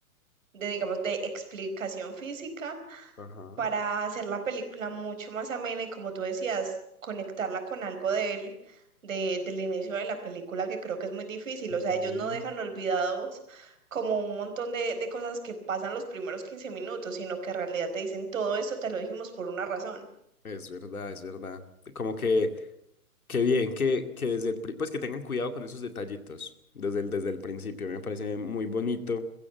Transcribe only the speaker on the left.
Ajá.
Ujú.
Es verdad, es verdad. Como que Qué bien que, que desde el, pri- pues que tengan cuidado con esos detallitos desde el, desde el principio, me parece muy bonito.